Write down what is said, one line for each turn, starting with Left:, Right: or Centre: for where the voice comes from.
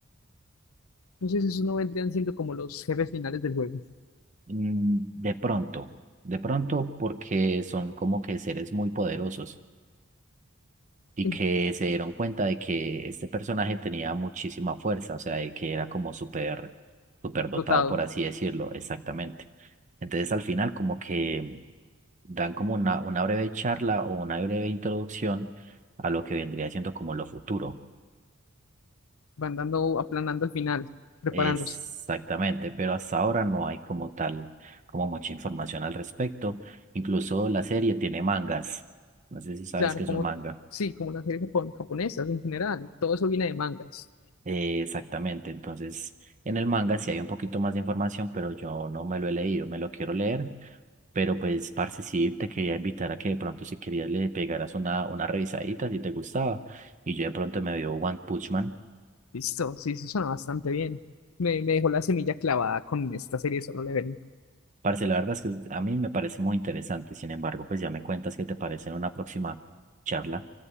Left: No sé si eso no vendrían siendo como los jefes finales del juego.
Right: Mm, De pronto, de pronto porque son como que seres muy poderosos y
Left: En-
Right: que se dieron cuenta de que este personaje tenía muchísima fuerza, o sea, de que era como súper, súper dotado,
Left: Dotado.
Right: por así decirlo, exactamente. Entonces al final como que dan como una, una breve charla o una breve introducción a lo que vendría siendo como lo futuro.
Left: Van dando, aplanando al final, preparándose.
Right: Exactamente, pero hasta ahora no hay como tal, como mucha información al respecto. Incluso la serie tiene mangas. No sé si sabes
Left: Claro,
Right: qué es
Left: como,
Right: un manga.
Left: sí, como las series japon- japonesas en general. Todo eso viene de mangas.
Right: Eh, exactamente, entonces en el manga sí hay un poquito más de información, pero yo no me lo he leído, me lo quiero leer. Pero pues, parce, sí, te quería invitar a que de pronto si querías le pegaras una, una revisadita si te gustaba. Y yo de pronto me veo One Punch Man.
Left: Listo. Sí, eso suena bastante bien. Me, me dejó la semilla clavada con esta serie de Solo Leveling.
Right: Parce, la verdad es que a mí me parece muy interesante. Sin embargo, pues ya me cuentas qué te parece en una próxima charla.